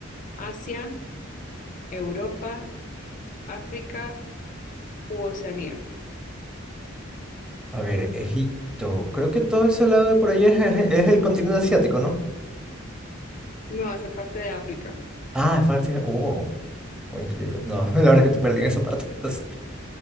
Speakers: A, on the left (about 40°); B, in the centre.
A: ¿Asia, Europa, África u Oceanía?
B: A ver, Egipto. Creo que todo ese lado de por allá es, es- es el continente asiático, ¿no?
A: No, hace parte de África.
B: Ah, es parte. Oh, muy increíble. No, <laughs> la verdad es que te perdí en esa parte. <laughs> Entonces,